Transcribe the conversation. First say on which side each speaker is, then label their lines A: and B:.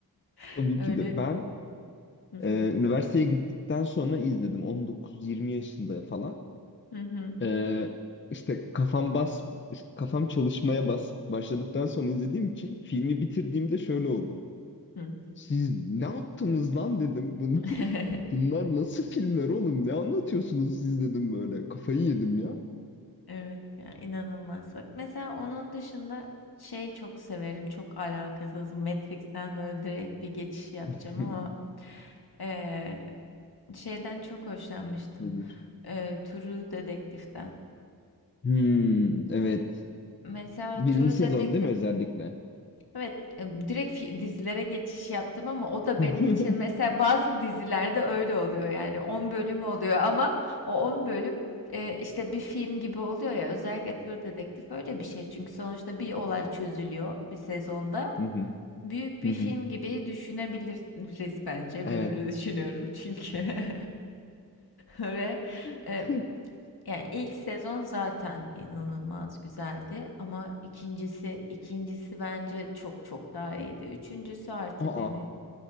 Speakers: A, on the left; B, on the left.
A: <laughs>
B: Tabii
A: Öyle.
B: ki de ben
A: Hı
B: e,
A: hı.
B: üniversiteye gittikten sonra izledim. 19-20 yaşında falan.
A: Hı hı.
B: Ee, işte kafam bas, kafam çalışmaya bas başladıktan sonra izlediğim için filmi bitirdiğimde şöyle oldum.
A: Hı.
B: Siz ne yaptınız lan dedim. Bunu,
A: <laughs>
B: <laughs> bunlar nasıl filmler oğlum? Ne anlatıyorsunuz siz dedim böyle. Kafayı yedim ya.
A: Evet ya inanılmaz. Bak mesela onun dışında şey çok severim. Çok alakasız. Matrix'ten böyle direkt bir geçiş yapacağım
B: <laughs>
A: ama eee, şeyden çok hoşlanmıştım.
B: Nedir?
A: Eee True Detective'den.
B: Hmm, evet.
A: Mesela
B: Birinci
A: True
B: sezon
A: Detective
B: değil mi özellikle?
A: Evet, e, direkt fi- dizilere geçiş yaptım ama o da
B: <laughs> Hı
A: benim için mesela bazı dizilerde öyle oluyor yani 10 bölüm oluyor ama o 10 bölüm e, işte bir film gibi oluyor ya özellikle True Detective öyle bir şey çünkü sonuçta bir olay çözülüyor bir sezonda.
B: hı,
A: Büyük bir
B: hı hı.
A: film gibi düşünebiliriz bence.
B: Evet.
A: Ben öyle düşünüyorum çünkü. <laughs> Ve
B: <laughs>
A: e, yani ilk sezon zaten inanılmaz güzeldi ama ikincisi ikincisi bence çok çok daha iyiydi. Üçüncüsü artık
B: Aa,
A: hani